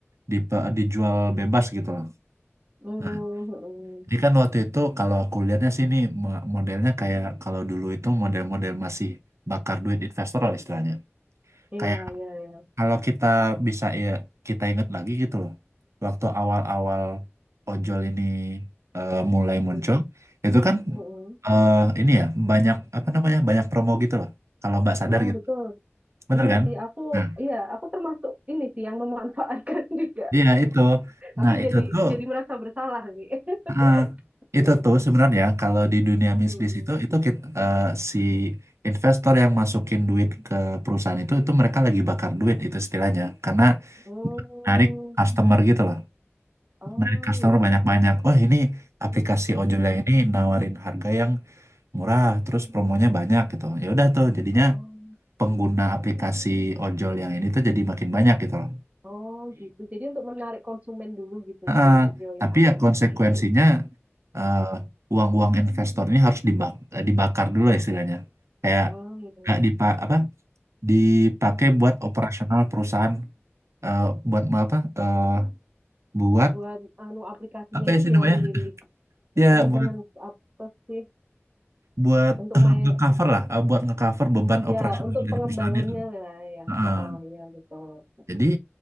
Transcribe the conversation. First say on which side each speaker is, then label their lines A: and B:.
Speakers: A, on the right (about 80°); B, on the right (about 35°).
A: dipe- dijual bebas gitu loh.
B: Mm,
A: Nah,
B: mm-mm.
A: Ini kan waktu itu kalau aku lihatnya sih ini mo- modelnya kayak kalau dulu itu model-model masih bakar duit investor lah istilahnya.
B: Iya,
A: Kayak
B: iya, iya.
A: kalau kita bisa ya kita ingat lagi gitu loh. Waktu awal-awal ojol ini eh, mulai muncul,
B: Mm,
A: itu kan
B: mm-mm.
A: eh, ini ya banyak apa namanya banyak promo gitu loh. Kalau Mbak sadar
B: Ah,
A: gitu,
B: betul.
A: bener
B: Iya
A: kan?
B: sih, aku
A: Nah,
B: iya, aku termasuk ini sih yang memanfaatkan <laughs> juga.
A: iya itu.
B: Tapi
A: Nah itu
B: jadi
A: tuh
B: jadi merasa bersalah sih. <laughs>
A: eh, itu
B: Iya.
A: tuh sebenarnya kalau di dunia bisnis
B: Mm-mm.
A: itu itu kit- eh, si investor yang masukin duit ke perusahaan itu itu mereka lagi bakar duit itu istilahnya karena
B: Mm.
A: narik customer gitu loh
B: Oh,
A: narik customer
B: iya,
A: banyak-banyak
B: iya. iya.
A: oh ini aplikasi
B: Mm.
A: ojol yang ini nawarin harga yang murah terus promonya banyak gitu ya udah tuh jadinya
B: Oh.
A: pengguna aplikasi ojol yang ini tuh jadi makin banyak gitu loh
B: Oh, gitu. Jadi untuk menarik konsumen dulu gitu
A: Eh,
B: ya untuk join
A: tapi
B: aplikasi.
A: ya konsekuensinya eh,
B: Mm-mm.
A: uang-uang investor ini harus dibak- eh, dibakar dulu ya istilahnya. Kayak
B: Oh,
A: nggak dipa apa dipakai buat
B: iya.
A: operasional perusahaan eh, buat mau apa eh, buat
B: buat anu aplikasinya
A: apa ya
B: itu
A: sih namanya?
B: ya mendiri
A: <laughs> Ya
B: maintenance
A: buat
B: apa sih
A: buat
B: untuk
A: eh,
B: main
A: ngecover lah, eh, buat ngecover beban operasional
B: ya untuk
A: dari
B: pengembangannya
A: perusahaan itu.
B: lah ya
A: Heeh.
B: oh, oh ya betul
A: jadi
B: Mm.